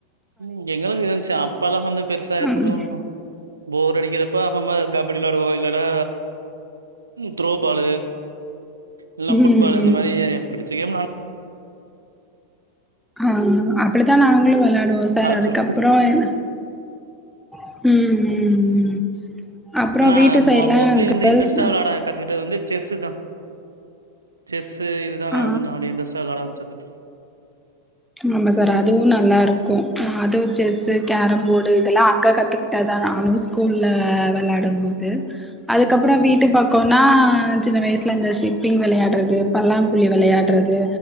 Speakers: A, on the right; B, in the centre.
A: ம் எங்களுக்கு இருந்துச்சு அப்பல்லா வந்து பெருசா எது
B: ம்
A: போர் அடிக்கிறப்ப அப்ப <unintelligible> படி வெளாடுவோ இல்லனா த்ரோபாலு இல்னா
B: ம்
A: ஃபட்பால் அந்த மாரி புடிச்ச கேம் வெளா
B: ஆ அப்டித்தான் நாங்களு வெளாடுவோ சார்
A: ஆரம்பிச்சிருவோ
B: அதுக்கப்றோ என்ன ம் ம் ம் அப்றோ
A: ஆனா
B: வீட்டு சைட்லா
A: மோ மோஸ்ட்லி
B: கேர்ள்ஸ்
A: வந்து இன்டரெஸ்ட்டா வெளாட கத்துக்கிட்டது வந்து செஸ்ஸு தா செஸ்சு இதுதா நா
B: ஆ
A: கொஞ்சோ அப்டி இன்ட்ரஸ்ட விளாட ஆரம்பச்சது
B: ஆமா சார் அதுவு நல்லா இருக்கு அதுசெஸ்ஸு கேரம் போடு இதெல்லா அங்கே கத்துக்கிட் ட தா நானு ஸ்கூல்ல வெளாடும் போது அதுக்கப்றோ
A: ம்
B: வீட் டு பக்கோனா சின்ன வயசுல இந்த ஷிப்பிங் விளையாட்றது பல்லாங்குழி விளையாட்றது